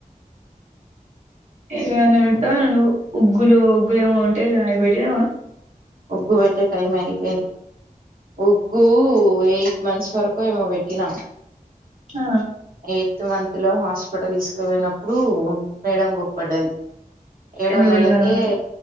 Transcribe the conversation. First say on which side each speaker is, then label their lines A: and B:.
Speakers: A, on the right; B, on the right.
A: ఏవన్న బెడతావన నువ్ ఉగ్గులు ఉగ్గులు ఏమో ఉంటే అయిబెట్దావా
B: ఉగ్గు బెట్టే టైం అయిపోయింది ఉగ్గు ఎయిట్ మంత్స్ వరకో ఏమో బెట్టినా
A: ఆ
B: ఎయిత్ మంత్ లో హాస్పిటల్ దీస్కపోయినప్పుడు మేడం గోప్పడ్డది ఏడో
A: ఎందుకు
B: నెలకే
A: పెడతానవ్ రా